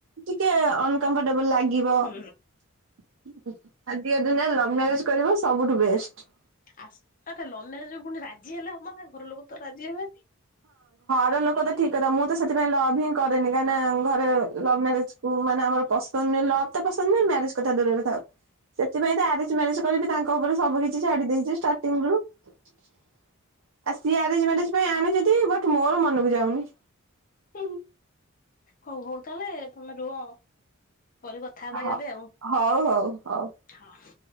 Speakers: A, on the right; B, on the left.
A: ଟିକେ ଅନକମ୍ଫର୍ଟେବୁଲ୍ ଲାଗିବ। ଆଜିକା
B: ହୁଁ
A: ଦୁନିଆରେ ଲଭ୍ ମ୍ୟାରେଜ୍ କରିବ ସବୁଠୁ ବେଷ୍ଟ।
B: ଆସ ଗୋଟେ ଲଭ୍ ମ୍ୟାରେଜ୍ କୁ ପୁଣି ରାଜି ହେଲେ ହବ ନା। ଘର ଲୋକ ତ ରାଜି ହେବନି।
A: ଘ ଲୋକ ତ ଠିକ୍ କଥା। ମୁଁ ତ ସେଥିପାଇଁ ଲଭ୍ ହିଁ କରେନି। କାହିଁକି ଘରେ ଲଭ୍ ମ୍ୟାରେଜ କୁ ମାନେ ଆମର ପସନ୍ଦ ଲଭ ତ ପସନ୍ଦ ନୁହଁ ମ୍ୟାରେଜ କଥା ଦୂରରେ ଥାଉ। ସେଥିପାଇଁ ତ ଆରେଜ ମ୍ୟାରେଜ କରି ବି ତାଙ୍କ ଉପରେ ସବୁ କିଛି ଛାଡି ଦେଇଛୁ ଷ୍ଟାର୍ଟିଙ୍ଗରୁ। <unintelligible> ସିଏ ଆରେଞ୍ଜ ମ୍ୟାରେଜ ପାଇଁ ଆଣିଛନ୍ତି ବଟ୍ ମୋର ମନକୁ ଯାଉନି।
B: ହୁଁ ହଉ ହଉ ତାହେଲେ ତମେ ରୁହ। ପରେ କଥା ହବା
A: ହ
B: କେବେ ଆଉ
A: ହଉ ହଉ ହଉ।
B: ହଁ।